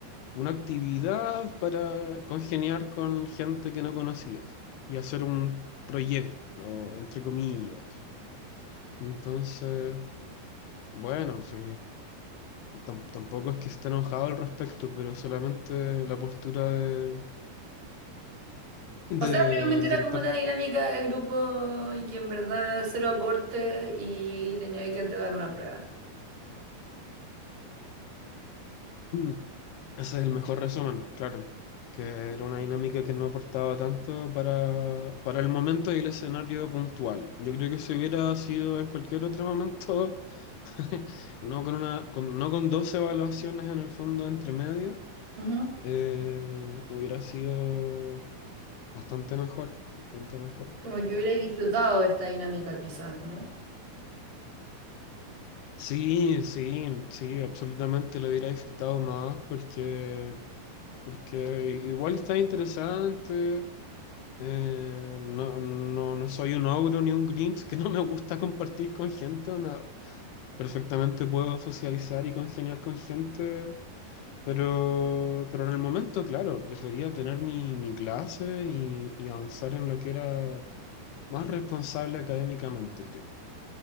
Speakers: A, on the left; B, on the right.
A: una actividad para congeniar con gente que no conocías y hacer un proyecto, entre comillas. Entonces, bueno, sí tam- tampoco es que esté enojado al respecto, pero solamente la postura de, del
B: o sea, realmente era
A: director.
B: como una dinámica de grupo y que en verdad cero aporte y tenía que entregar una prueba.
A: Mm, Ese es el mejor resumen, claro. Que era una dinámica que no aportaba tanto para, para el momento y el escenario puntual. Yo creo que si hubiera sido en cualquier otro momento, <laughs> no con una, con- no con dos evaluaciones en el fondo entre medio,
B: Ujú.
A: eh, hubiera sido bastante mejor, bastante mejor,
B: Como
A: pero.
B: que hubiera disfrutado de esta dinámica quizás, ¿o no?
A: Sí, sí, sí, absolutamente lo hubiera disfrutado más porque, porque igual está interesante. eh, no, no, no soy un ogro ni un Grinch que no me gusta compartir con gente. onda, perfectamente puedo socializar y congeniar con gente, pero, pero en el momento, claro, prefería tener mi, mi clase y, y avanzar en lo que era más responsable académicamente, creo.